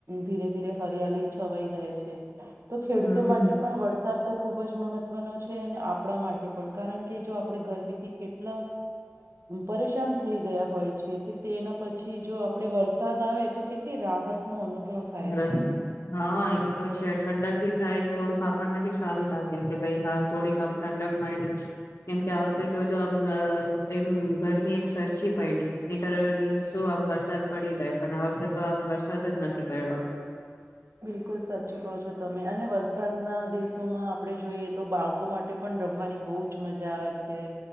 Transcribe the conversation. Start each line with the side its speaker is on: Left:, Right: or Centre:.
Right: ધીરે ધીરે હરિયાલી છવાઈ જાય છે તો ખેડૂતો
Left: હમ
Right: માટે પણ વરસાદ તો ખૂબ જ મહત્વનો છે અને આપણા માટે પણ કારણ કે જો આપણે ગરમીથી કેટલા પરેશાન થઈ ગયા હોય છે તે તો તેના પછી જો વરસાદ આવે તો કેટલી રાહત નુ અનુભવ થાય
Left: હ
Right: છે
Left: હા એ તો છે ઠંડક ભી થાય થોડુંક આપણને ભી સારું લાગે કે ભાઈ હા થોડી કામ ઠંડક મયળી કેમ કે આ વખતે જોજો એમ ઘરમની એક સર સરખી પયડી નીયતર સુું આમ વર વરસાદ પડી જાય પણ આ વખતે તો આમ વરસાદ જ નથી પયડો
Right: બિલકુલ સાચી કહો છો તમે અને વરસાદના દિવસોમાં આપણે જોઈએ તો બાળકો માટે પણ રમવાની બો જ મજા આવે છે